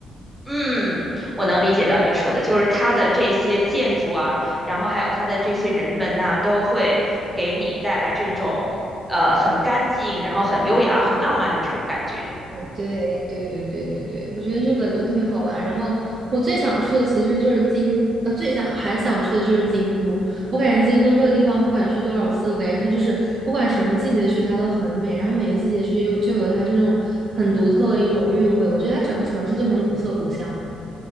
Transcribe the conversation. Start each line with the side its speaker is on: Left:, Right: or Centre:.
Centre: 嗯，我能理解到你说的，就是它的这些建筑啊，然后还有它的这些人文呐、都会给你带来这种呃很干净，然后很优雅、很浪漫的这种感觉。
Right: 对对对对对对，我觉得日本就特别好玩。然后我最想去的其实就是京，呃，最想还想去的就是京都。我感觉京都这个地方，不管去多少次，我感觉它就是不管什么季节去，它都很美。然后每个季节去又就有它这种很独特的一种韵味。我觉得它整个城市就很古色古香。